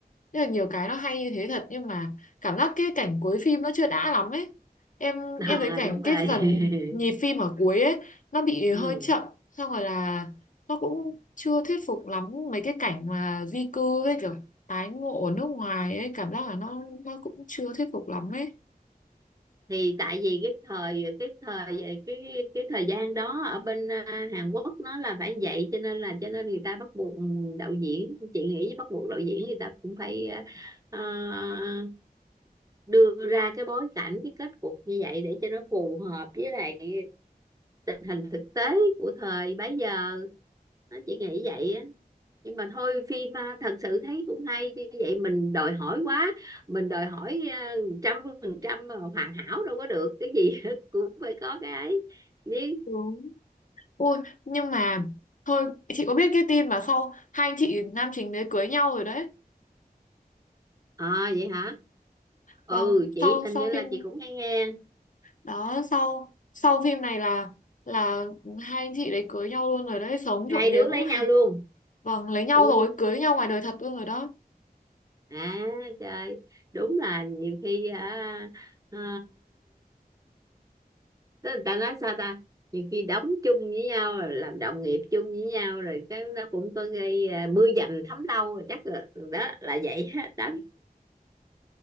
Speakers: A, on the left; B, on the right.
A: rất là nhiều cái nó hay như thế thật nhưng mà cảm giác cái cảnh cuối phim nó chưa đã lắm ấy. Em
B: <laughs>
A: em
B: À,
A: thấy cảnh
B: đúng rồi.
A: cái phần nhịp phim ở cuối ấy nó
B: <laughs>
A: bị hơi
B: ừ
A: chậm xong rồi là nó cũng chưa thuyết phục lắm mấy cái cảnh mà di cư với kiểu tái ngộ ở nước ngoài ấy cảm giác là nó nó cũng chưa thuyết phục lắm ấy.
B: thì tại vì cái thời cái thời về cái cái thời gian đó ở bên à, Hàn Quốc nó là phải như vậy cho nên là cho nên người ta bắt buộc đạo diễn chị nghĩ bắt buộc đạo diễn người ta cũng phải à, à, đưa ra cái bối cảnh cái kết cục như vậy để cho nó phù hợp với lại tình hình thực tế của thời bấy giờ nó chỉ nghĩ vậy á nhưng mà thôi phim à, thật sự thấy cũng hay như vậy mình đòi hỏi quá mình đòi hỏi à, trăm phần trăm mà hoàn hảo đâu có được cái gì <laughs> cũng phải có cái ấy nhưng
A: Đúng. Ôi nhưng mà thôi chị có biết cái tin mà sau hai anh chị nam chính đấy cưới nhau rồi đấy.
B: à vậy hả ừ
A: Vâng,
B: chị
A: sau
B: hình
A: sau
B: như là
A: phim
B: chị cũng hay nghe
A: đó sau sau phim này là là hai anh chị đấy cưới nhau luôn rồi đấy sống
B: hai
A: trộm vía
B: đứa
A: cũng
B: lấy
A: hay
B: nhau luôn
A: vâng lấy nhau
B: ừ.
A: rồi cưới nhau ngoài đời thật luôn rồi đó
B: à trời đúng là nhiều khi à, à, Tức là ta nói sao ta nhiều khi đóng chung với nhau rồi làm đồng nghiệp chung với nhau rồi cái nó cũng có gây à, mưa dầm thấm lâu rồi chắc là đó là vậy á, đó